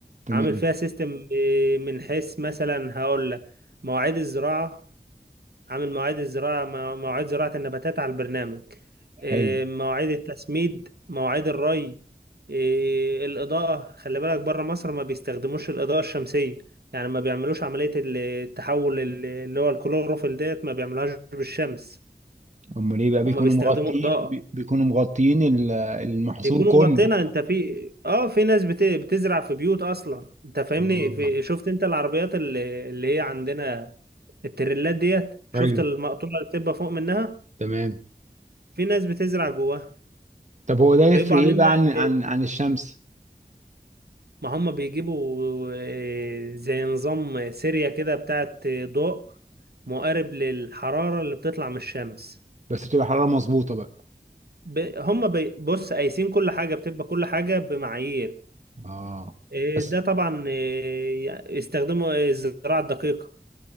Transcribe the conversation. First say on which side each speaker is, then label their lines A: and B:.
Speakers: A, on the right; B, on the right.
A: تمام
B: عامل فيها سيستم إيه، من حيث مثلا هقول لك مواعيد الزراعة عامل مواعيد الزراعة مو- مواعيد زراعة النباتات على البرنامج إيه،
A: حلو
B: مواعيد التسميد مواعيد الري إيه، الإضاءة خلي بالك بره مصر ما بيستخدموش الإضاءة الشمسية يعني ما بيعملوش عملية ال- التحول ال- اللي هو الكلوروفيل ديت ما بيعملوهاش بالشمس
A: امال ايه بقى بيكونوا
B: هم بيستخدموا
A: مغطيين
B: إضاءة
A: بي- بيكونوا مغطيين ال- المحصول
B: بيكونوا
A: كله
B: مغطينها انت في اه في ناس بت... بتزرع في بيوت اصلا انت فاهمني
A: اه
B: في... شفت انت العربيات اللي, اللي هي عندنا التريلات ديت شفت
A: ايوه
B: المقطورة اللي بتبقى فوق منها
A: تمام
B: في ناس بتزرع جواها
A: طب هو ده يفرق
B: بيبقوا عاملين
A: ايه بقى
B: بقى
A: عن عن
B: إيه؟
A: عن الشمس
B: ما هم بيجيبوا آه، زي نظام سيريا كده بتاعت ضوء مقارب للحرارة اللي بتطلع من الشمس
A: بس بتبقى حرارة مظبوطة بقى
B: ب- هم بي- بص قايسين كل حاجة بتبقى كل حاجة بمعايير
A: اه
B: آه،
A: بس
B: ده طبعا آه، يستخدموا آه، الزراعة الدقيقة